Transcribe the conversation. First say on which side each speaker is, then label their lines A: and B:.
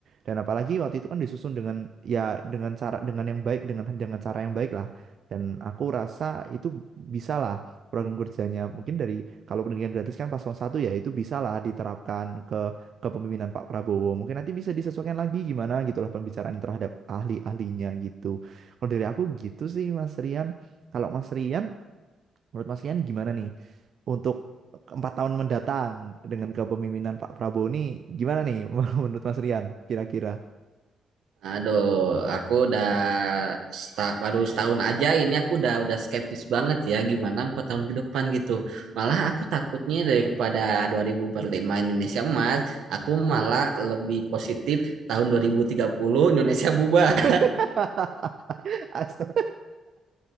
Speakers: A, on the right (about 50°); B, on the right (about 80°).
A: dan apalagi waktu itu kan disusun dengan ya dengan cara dengan yang baik dengan dengan cara yang baik lah dan aku rasa itu bisa lah program kerjanya mungkin dari kalau pendidikan gratis kan paslon satu ya itu bisa lah diterapkan ke kepemimpinan Pak Prabowo mungkin nanti bisa disesuaikan lagi gimana gitulah pembicaraan terhadap ahli-ahlinya gitu kalau dari aku gitu sih Mas Rian kalau Mas Rian Menurut Mas Rian gimana nih untuk empat tahun mendatang dengan kepemimpinan Pak Prabowo ini gimana nih <laughs> menurut Mas Rian kira-kira?
B: Aduh, aku udah sta- baru setahun aja ini aku udah udah skeptis banget ya gimana empat tahun ke depan gitu. Malah aku takutnya daripada 2045 Indonesia emas, aku malah lebih positif tahun 2030 Indonesia bubar.
A: <laughs> Astaga,